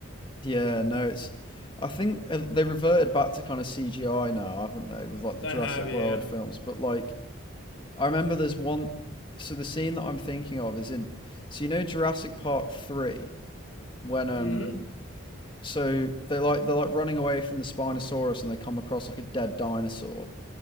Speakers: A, on the left; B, on the left.
A: yeah, no, it's. I think uh, they reverted back to kind of CGI now, haven't they, with like
B: They
A: the Jurassic
B: have, yeah.
A: World films? But like, I remember there's one. So the scene that I'm thinking of is in. So you know Jurassic Park three when um
B: hmm
A: So they like they're like running away from the Spinosaurus and they come across like a dead dinosaur